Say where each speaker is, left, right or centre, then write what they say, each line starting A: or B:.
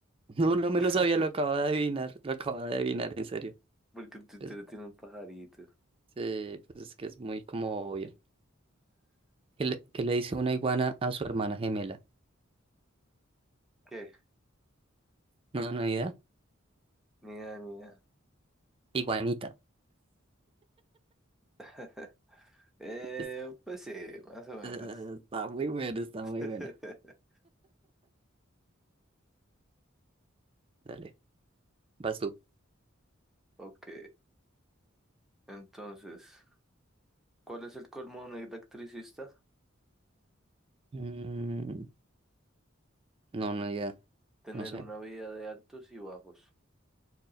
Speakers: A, on the right; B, in the centre.
A: No, no me
B: <laughs>
A: lo sabía, lo acabo de adivinar, lo acabo de adivinar, en serio.
B: Porque el Twitter
A: Pues,
B: tiene un pajarito.
A: sí, pues es que es muy como obvio. ¿Qué le, qué le dice una iguana a su hermana gemela?
B: ¿Qué?
A: No, no hay idea.
B: Mira, mira.
A: Iguanita.
B: <laughs> Eh,
A: Es-
B: pues sí, más o menos.
A: eh, Está muy buena, está muy
B: <laughs>
A: buena. Dale, vas tú.
B: Ok, entonces, ¿cuál es el colmo de un electricista?
A: Mm, no, no hay idea,
B: Tener
A: no sé.
B: una vida de altos y bajos.